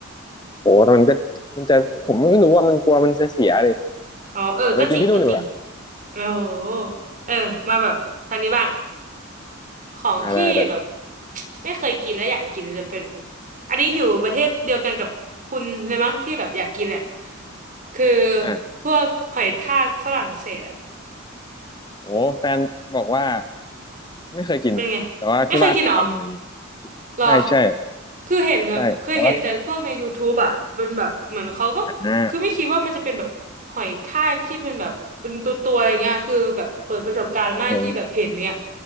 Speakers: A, on the left; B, on the right.
A: โหแต่มันก็มันจะผมไม่รู้ว่ามันกลัวมันจะเสียเลย
B: อ๋อเออก็จริงก็จริง
A: เดี๋ยวไปกินที่นู่นดีกว่า
B: โอ้โหเออมาแบบทางนี้บ้างของที่แบบ
A: อ่าได้ได้
B: ไม่เคยกินแล้วอยากกินมันจะเป็นอันนี้อยู่ประเทศเดียวกันกับคุณเลยมั้งที่แบบอยากกินแหละคือ
A: อ่ะ
B: พวกหอยทากฝรั่งเศสอะ
A: โอ้แฟนบอกว่าไม่เคยกินแต่ว่าที่บ้านเคยทำอะไรอย่างงี้
B: เป็นไงไม่เคยกินเหรอ หรอ
A: ใช่ใช่
B: คือเห็นแบบเคยเห็นแต่พวกใน
A: ใช่แต่ว่า
B: YouTube อ่ะเป็นแบบเหมือนเขาก็คือไม่คิดว่ามันจะเป็นแบบหอยทากที่เป็นแบบเป็นตัวตัวอะไรเงี้ยคือแบบเปิดประสบการณ์มากที่แบบเห็นเนี่ย
A: อ่าเออ